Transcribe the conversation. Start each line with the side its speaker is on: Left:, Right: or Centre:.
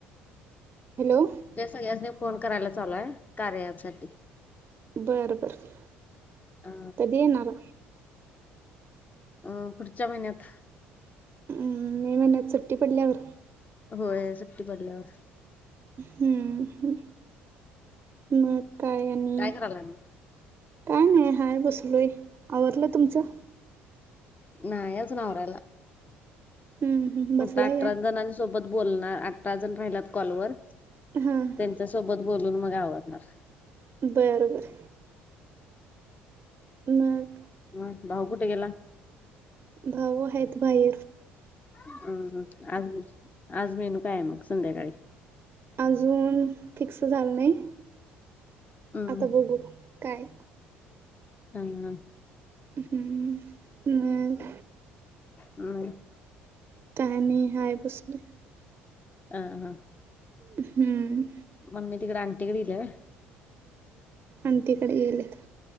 Right: हॅलो
Left: तेच, सगळ्यांनी फोन करायला चालूय कार्या अँपसाठी
Right: बरं बरं
Left: अ
Right: कधी येणार?
Left: अं पुढच्या महिन्यात.
Right: अम्म. मे महिन्यात सुट्टी पडल्यावर.
Left: होय, सुट्टी पडल्यावर.
Right: हम्म, ह. मग काय, आणि?
Left: करायला मग?
Right: काय नाही. हाय, बसलोय. आवरलं तुमचं?
Left: नाही अजून आवरायला.
Right: हम्म हम्म बसलाय
Left: आता अठरा
Right: काय?
Left: जणांस सोबत बोलणार. अठराजण राहिल्यात कॉलवर.
Right: ह.
Left: त्यांच्या सोबत बोलून, मग आवरणार.
Right: बरं, बरं. मग?
Left: मग, भाऊ कुठे गेला?
Right: भाऊ, हाईत बाहीर.
Left: हम्म, ह. आज, आज मेन्यू कायेय मग, संध्याकाळी?
Right: अजून, फिक्स झालं नाही.
Left: हम्म
Right: आता बघू, काय.
Left: ह, ह.
Right: हम्म. मग?
Left: मग?
Right: काय नाही. हाय, बसलोय.
Left: आ, हां.
Right: हम्म.
Left: मम्मी तिकडं, आंटीकड गीलीय व्हय.
Right: आंटीकडं गेलेत.